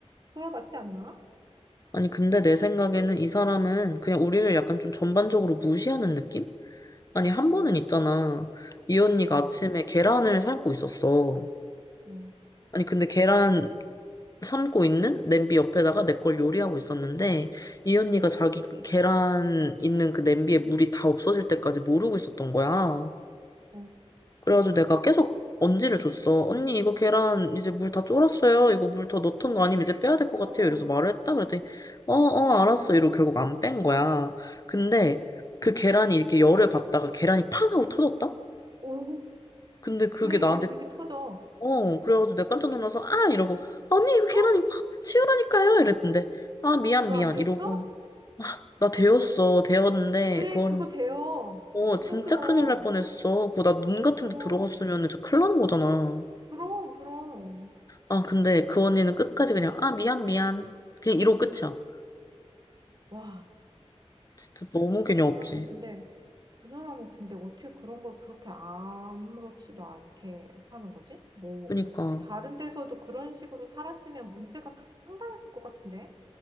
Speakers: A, on the right; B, on the left.
A: 맞지 않나?
B: 아니, 근데 내 생각에는 이 사람은 그냥 우리를 약간 좀 전반적으로 무시하는 느낌? 아니, 한 번은 있잖아. 이 언니가
A: 응
B: 아침에 계란을 삶고 있었어.
A: 응
B: 아니, 근데 계란 삶고 있는 냄비 옆에다가 내 걸 요리하고 있었는데 이 언니가 자기 계란 있는 그 냄비에 물이 다 없어질 때까지 모르고 있었던 거야.
A: 어,
B: 그래가지고 내가 계속 언지를 줬어. 언니 이거 계란 이제 물 다 쫄았어요. 이거 물 더 넣던
A: 그래.
B: 거 아니면 이제 빼야 될 것 같아요.
A: 어, 어.
B: 이래서 말을 했다. 그랬더니 어어 알았어. 이러고 결국 안 뺀 거야. 근데 그 계란이 이렇게 열을 받다가 계란이 팡 하고 터졌다?
A: 오,
B: 근데 그게
A: 그래,
B: 나한테
A: 그거 그렇게 터져.
B: 어, 그래가지고 내가 깜짝 놀라서, 아! 이러고, 언니, 이거 계란
A: 어?
B: 이거 치우라니까요? 이랬는데, 아, 미안,
A: 너
B: 미안.
A: 안 되었어?
B: 이러고, 나 데웠어. 데웠는데,
A: 그래,
B: 그건,
A: 그거 돼요.
B: 어,
A: 엄청
B: 진짜
A: 뜨거워.
B: 큰일 날 뻔했어. 그거 나 눈 같은
A: 그럼,
B: 데 들어갔으면 진짜 큰일 나는 거잖아.
A: 그럼, 그럼.
B: 아, 근데 그 언니는 끝까지 그냥, 아, 미안, 미안. 그냥 이러고 끝이야.
A: 와.
B: 진짜 너무 개념
A: 그 사람은
B: 없지.
A: 근데 그 사람은 근데 어떻게 그런 걸 그렇게 아무렇지도 않게 하는 거지? 뭐
B: 그니까,
A: 다른 데서도 그런 식으로 살았으면 문제가 상당했을 것 같은데?